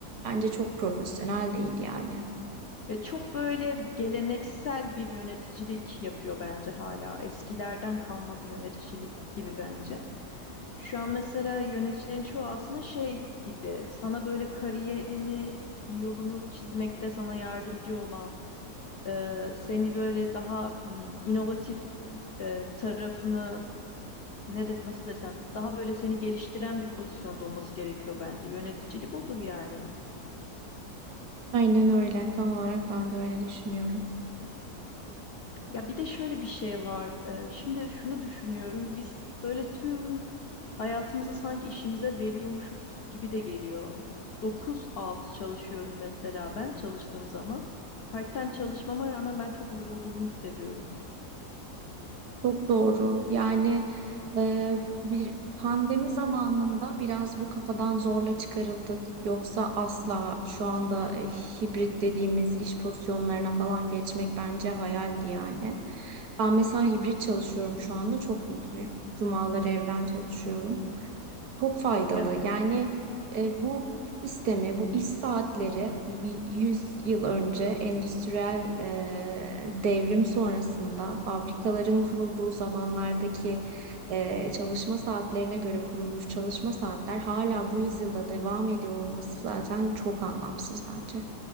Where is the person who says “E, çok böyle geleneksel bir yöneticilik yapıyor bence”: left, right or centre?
Left